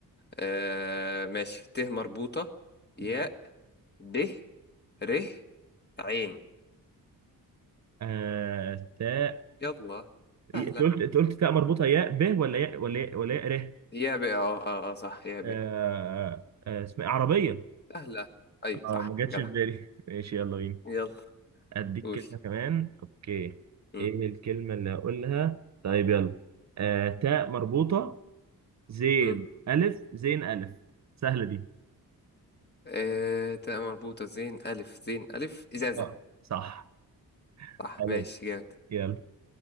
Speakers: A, on the left; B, on the right.
A: آه ماشي ت مربوطه ياء د ر عين
B: أه تاء
A: يلا سهله
B: ي- أنت قلت أنت قلت تاء مربوطة ياء ب ولا ياء ولا ياء ولا ياء ر
A: يا بقى اه اه اه صح يا بقى
B: أه أه اسمها إيه؟ عربية
A: سهله ايوه
B: اه
A: صح
B: ما جاتش
A: جدع
B: في بالي <laughs> ماشي يلا بينا
A: يلا
B: اديك
A: قول
B: كلمة كمان اوكي
A: امم
B: ايه الكلمة اللي هقولها طيب يلا آه تاء مربوطة زين
A: امم
B: الف زين الف سهلة دي
A: آه تاء مربوطه زين الف زين الف ازازه
B: اه صح
A: صح
B: حلو
A: ماشي جامد
B: يلا